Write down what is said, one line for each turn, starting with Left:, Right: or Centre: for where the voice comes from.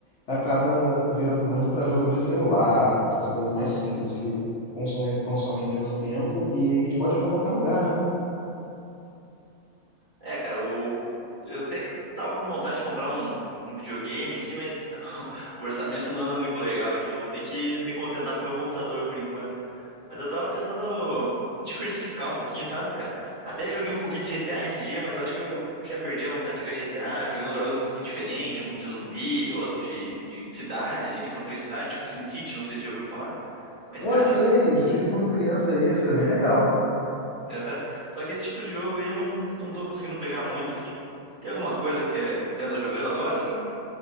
Left: acaba virando muito pra jogo de celular, essas coisas mais simples que consomem, consomem menos tempo e a gente pode jogar em qualquer lugar, né?
Right: É, cara, o... eu até tava com vontade de comprar um, um videogame aqui, mas <laughs> o orçamento não anda muito legal aqui. Eu vou ter que me contentar com o meu computador por enquanto. Mas eu tava tentando diversificar um pouquinho, sabe, cara? Até joguei um pouquinho de GTA esse dia, mas eu acho que eu já perdi a vontade de jogar GTA. Joguei uns jogos um pouquinho diferentes, um de zumbi, outro de, de cidade, assim, de construir cidade, tipo SimCity, não sei se você já ouviu falar. Mas,
Left: Eu
Right: cara,
Left: sei, já joguei quando criança esse, era bem legal.
Right: Aham. Só que esse tipo de jogo aí eu não, não tô conseguindo pegar muito, assim. Tem alguma coisa que você, você anda jogando agora, assim?